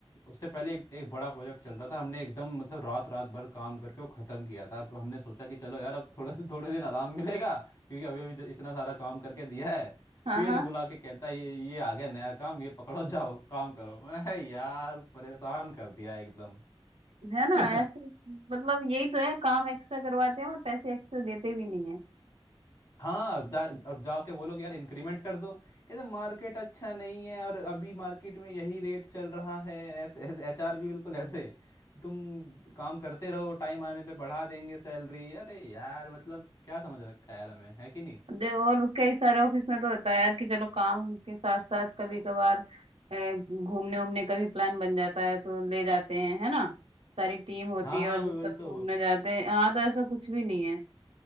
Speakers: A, on the left; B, on the right.
A: उससे पहले एक, एक बड़ा प्रोजेक्ट चल रहा था हमने एकदम मतलब रात रात भर काम करके वो खत्म किया था अब हमने सोचा कि चलो यार अब थोड़ा से थोड़े दिन आराम मिलेगा क्योंकि अभी अभी जो इतना सारा काम करके दिया है
B: हाँ
A: फिर
B: हाँ
A: बुला के कहता है ये ये आ गया नया काम ये पकड़ो जाओ काम करो मैं यार परेशान कर दिया एकदम
B: है
A: <laughs>
B: ना ऐसे मतलब यही तो है काम एक्स्ट्रा करवाते हैं और पैसे एक्स्ट्रा देते भी नहीं है
A: हाँ अब जा, अब जाओ के बोलो कि यार इंक्रीमेंट कर दो कहते मार्केट अच्छा नहीं है और अभी मार्केट में यही रेट चल रहा है ऐसे ऐसे एचआर भी बिल्कुल ऐसे तुम काम करते रहो टाइम आने पे बढ़ा देंगे सैलरी अरे यार मतलब क्या समझ रखा है यार हमें है कि नहीं
B: दे और कई सारे ऑफिस में तो होता है यार कि चलो काम के साथ साथ कभी कभार ए, घूमने उमने का भी प्लान बन जाता है तो ले जाते हैं है ना सारी टीम होती
A: हाँ
B: है
A: हाँ
B: और वो
A: वही
B: सब
A: तो
B: घूमने जाते हैं यहाँ तो ऐसा कुछ भी नहीं है